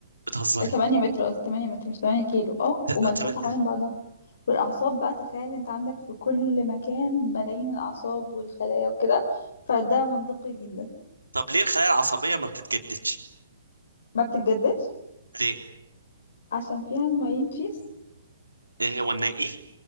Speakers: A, on the right; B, on the left.
A: بتهزري
B: آه، 8 متر قصدي 8 متر مش 8 كيلو اه
A: ت-
B: وملفوفه
A: طب
B: حوالين بعضها والاعصاب بقى تخيل انت عندك في كل مكان ملايين الاعصاب والخلايا وكده فده منطقي جدا
A: طب ليه الخلايا العصبيه ما بتتجددش
B: ما بتتجددش
A: ليه
B: عشان فيها الماين تشيز
A: إيه هو النا ايه